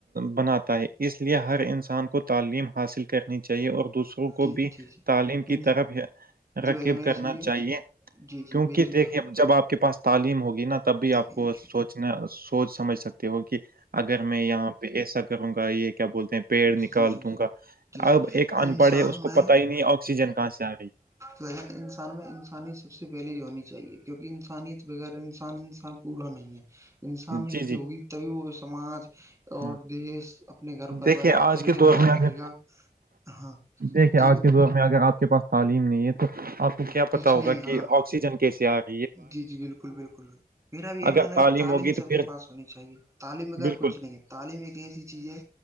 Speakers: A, on the right; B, on the right.
A: بناتا ہے اس لیے ہر انسان کو تعلیم حاصل کر کرنی چاہیے اور دوسروں کو
B: جی
A: بھی
B: جی جی
A: تعلیم کی طرف
B: جی
A: رکب
B: بھائی جان میری
A: کرنا
B: سنیے
A: چاہیے
B: جی جی
A: کیونکہ
B: میری جی
A: دیکھیے جب آپ کے پاس تعلیم ہوگی نا تب بھی
B: جی
A: آپ
B: جی
A: کو سوچنا سوچ سمجھ سکتے ہو کہ اگر میں یہاں پہ ایسا کروں گا یہ کیا بولتے ہیں پیڑ
B: جی
A: نکال
B: جی جی جی
A: دوں گا اب ایک ان
B: انسان
A: پڑھ ہے اس کو
B: میں
A: پتا ہی نہیں آکسیجن کہاں سے آ رہی
B: وجن انسان میں انسانیت سب سے پہلے جو ہونی چاہیے کیونکہ انسانیت بغیر انسان انسان پورا نہیں ہے انسان نتی
A: جی جی
B: ہوگی تبھی وہ سماج اور
A: ہاں
B: دیش اپنے گھر پریوار
A: دیکھیے
B: کا
A: آج
B: تبھی
A: کے
B: کا
A: دور
B: خیال
A: میں اگر
B: رکھے گا ہاں
A: دیکھے
B: جی
A: آج کے دور میں میں اگر آپ کے پاس تعلیم نہیں ہے تو آپ کو کیا پتا
B: کچھ
A: ہوگا
B: نہیں ہاں
A: کہ آکسیجن کیسے آئے گ
B: جی جی بالکل بالکلل مھر اب یہ
A: اگر
B: تعلیم
A: ہوگی تو
B: سب
A: پھر
B: کے پاس ہونی چاہیے تعلیم بغیر
A: بالکل
B: کچھ نہیں ہے تعلیم ایک ایسی چیز ہے